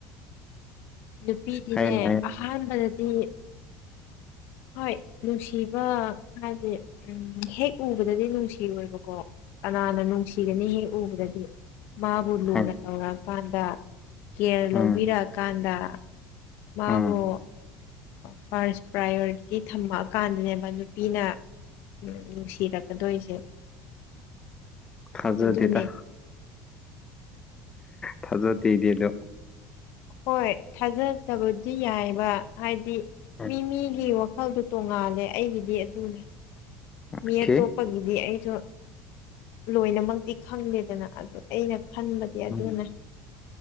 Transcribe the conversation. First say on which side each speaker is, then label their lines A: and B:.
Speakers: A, on the left; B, on the left.
A: ꯅꯨꯄꯤꯗꯤꯅꯦ
B: ꯍꯥꯏꯌꯨꯅꯦ
A: ꯑꯍꯥꯟꯕꯗꯗꯤ
B: <unintelligible> <unintelligible> <unintelligible>
A: ꯍꯣꯏ ꯅꯨꯡꯁꯤꯕ ꯍꯥꯏꯗꯤ ꯎꯝ ꯍꯦꯛ ꯎꯕꯗꯗꯤ ꯅꯨꯡꯁꯤꯔꯣꯏꯕꯀꯣ ꯀꯅꯥꯅ ꯅꯨꯡꯁꯤꯒꯅꯤ ꯍꯦꯛ ꯎꯕꯗꯗꯤ ꯃꯥꯕꯨ ꯂꯨꯅ
B: ꯍꯥꯏꯌꯨꯅꯦ
A: ꯇꯧꯔꯛꯑꯀꯥꯟꯗ ꯀꯦꯌꯔ ꯂꯧꯕꯤꯔꯛꯑꯀꯥꯟꯗ
B: ꯎꯝ
A: ꯃꯥꯃꯣ
B: ꯎꯝ
A: ꯐꯥꯔꯁ ꯄ꯭ꯔꯥꯏꯌꯣꯔꯤꯇꯤ ꯊꯝꯃꯛꯑꯀꯥꯟꯗꯅꯦꯕ ꯅꯨꯄꯤꯅ ꯎꯝ ꯅꯨꯡꯁꯤꯔꯛꯀꯗꯣꯏꯁꯦ
B: ꯐꯖꯨꯔꯗꯇ
A: ꯑꯗꯨꯅꯦ
B: ꯊꯥꯖꯗꯤꯗꯗꯣ
A: ꯍꯣꯏ ꯊꯥꯖꯗꯕꯗꯤ ꯌꯥꯏꯕ ꯍꯥꯏꯗꯤ
B: ꯎꯝ
A: ꯃꯤ ꯃꯤꯒꯤꯈ ꯃꯈꯜꯗꯨꯣ ꯇꯣꯡꯉꯥꯜꯂꯦ ꯑꯩꯒꯤꯗꯤ ꯑꯗꯨꯅꯦ ꯃꯤ
B: ꯑꯣꯀꯦ
A: ꯑꯇꯣꯞꯄꯒꯤꯗꯤ ꯑꯩ ꯁꯨ ꯂꯣꯏꯅꯃꯛꯇꯤ ꯈꯪꯗꯦꯗꯅ ꯑꯗꯨ ꯑꯩꯅ ꯈꯟꯕꯗꯤ
B: ꯎꯝ
A: ꯑꯗꯨꯅꯦ